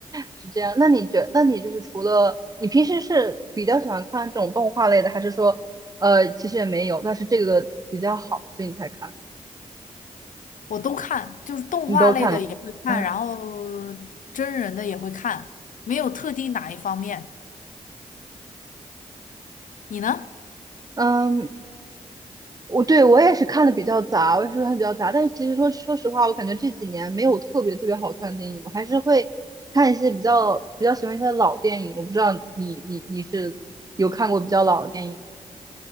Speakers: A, on the right; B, on the left.
A: 是这样。那你觉，那你就是除了你平时是比较喜欢看这种动画类的，还是说，呃，其实也没有，但是这个比较好，所以你才看，
B: 我都看，就是动画类的也会看，
A: 你都看了？嗯
B: 然后真人的也会看，没有特定哪一方面。你呢？
A: 嗯，我对我也是看的比较杂，我也是看的比较杂。但是其实说说实话，我感觉这几年没有特别特别好看的电影，我还是会看一些比较比较喜欢一些老电影。我不知道你你你是有看过比较老的电影吗？